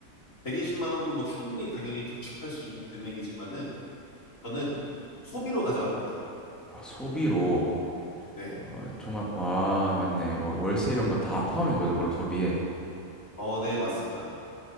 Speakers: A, on the left (about 70°); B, in the centre.
A: 120만 원도 뭐 충분히 당연히 저축할 수 있는 금액이지만은 저는 소비로 가져갑니다.
B: 아, 소비로
A: 네.
B: 아, 종합 아 맞네. 뭐 월세 이런 거 다 포함인 거죠. 그럼 소비에.
A: 어, 네, 맞습니다.